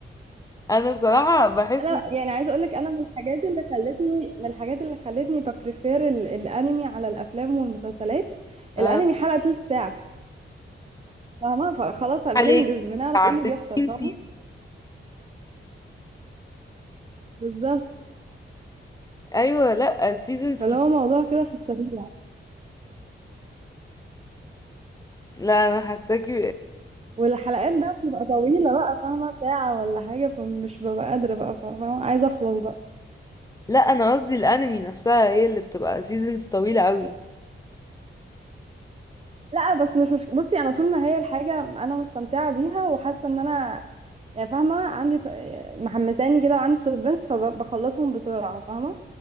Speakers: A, on the left; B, on the right.
A: انا بصراحة بحس
B: انا
A: ان
B: يعني عايزه اقولك انا من الحاجات اللي خلتني من الحاجات اللي خلتني ببريفير ال... الانمي على الافلام والمسلسلات
A: اه،
B: الانمي حلقه تلت ساعه فاهمه فخلاص بننجز
A: عليك
B: بنعرف
A: بتاع
B: ايه اللي
A: 60
B: بيحصل فاهمه
A: سيزون
B: بالظبط
A: ايوه لا سيزونز
B: فاللي
A: كت...
B: هو موضوع كده في السريع
A: لا انا حاساكي
B: والحلقات بقى بتبقى طويلة بقى فاهمة ساعة ولا حاجة فمش ببقى قادرة بقى فا- فاهمة عايزة أخلص بقى
A: لا انا قصدي الانمي نفسها هي اللي بتبقى سيزونز طويلة قوي
B: لا بس مش مش بصي أنا طول ما هي الحاجة أنا مستمتعة بيها وحاسة إن أنا يعني فاهمة عندي ط- محمساني كده وعندي سسبنس فبخلصهم بسرعة فاهمة